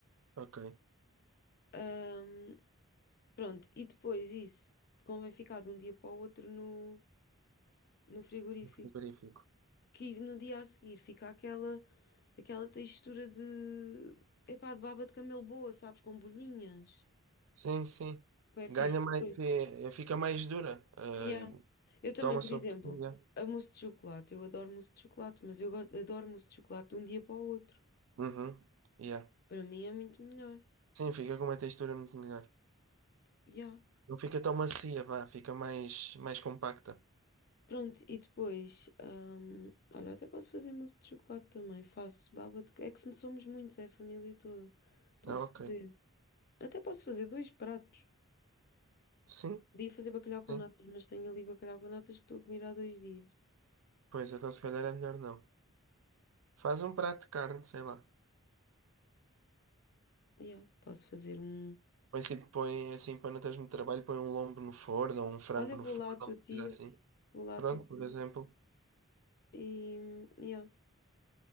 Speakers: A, on the right; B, on the left.
A: Ok,
B: Hum, pronto, e depois isso convém ficar de um dia para o outro no, no frigorífico.
A: frigorífico.
B: que no dia a seguir fica aquela, aquela textura de, epá, de baba de camelo boa, sabes, com bolhinhas.
A: Sim, sim.
B: É fixe.
A: Ganha mais,
B: Foi.
A: fi- fica mais dura. ah,
B: Yeah. Eu também,
A: Toma
B: por
A: sobre.
B: exemplo,
A: Yeah.
B: a mousse de chocolate, eu adoro mousse de chocolate, mas eu go- adoro mousse de chocolate de um dia para o outro.
A: Uhum. Yeah.
B: Para mim é muito melhor.
A: Sim, fica com uma textura muito melhor.
B: Yeah.
A: Não fica tão macia, vá, fica mais, mais compacta.
B: Pronto, e depois, hum, olha, até posso fazer mousse de chocolate também, faço baba de... É que se não somos muitos, é a família toda. Posso
A: Ah, ok.
B: fazer. Até posso fazer dois pratos.
A: Sim,
B: Podia fazer bacalhau com
A: sim.
B: natas, mas tenho ali bacalhau com natas que estou a comer há dois dias.
A: Pois, então se calhar é melhor não. Faz um prato de carne, sei lá.
B: Yeah, posso fazer um.
A: Põe, assim- põe assim para não teres muito trabalho, põe um lombo no forno, ou um frango
B: Olha,
A: no
B: vou
A: forno,
B: lá à tua
A: uma
B: tia,
A: coisa assim.
B: vou lá
A: Pronto,
B: à tua
A: por
B: tia.
A: exemplo,
B: E, yeah.